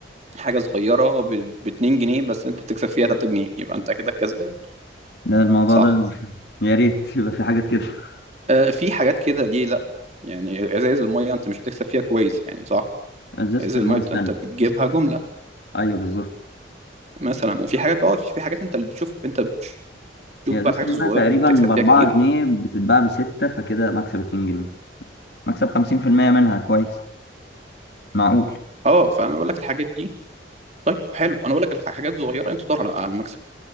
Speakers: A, on the right; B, on the left.
A: حاجة صغيرة ب ب 2 جنيه بس انت تكسب فيها 3 جنيه يبقى انت كده كسبان
B: ده الموضوع
A: صح
B: ده <laughs> يا ريت يبقى في حاجات كده <laughs>
A: آه، في حاجات كده ليه لا يعني ازايز المية انت مش بتكسب فيها كويس يعني صح
B: ازازه
A: ازايز
B: المايه
A: المية
B: استنى
A: بت- انت بتجيبها جملة
B: ايوه بالظبط
A: مثلا في حاجات اه في في حاجات انت اللي بتشوف انت بتشوف بقى
B: هي ازازة
A: الحاجات
B: المية
A: الصغيرة
B: تقريبا
A: دي اللي بتكسب
B: بأربعة
A: فيها كتير
B: جنيه بتتباع بستة فكده مكسب اتنين جنيه مكسب خمسين في المية منها كويس معقول
A: اه فانا بقول لك الحاجات دي طيب حلو انا بقول لك الح- حاجات صغيره انت دور على على المكسب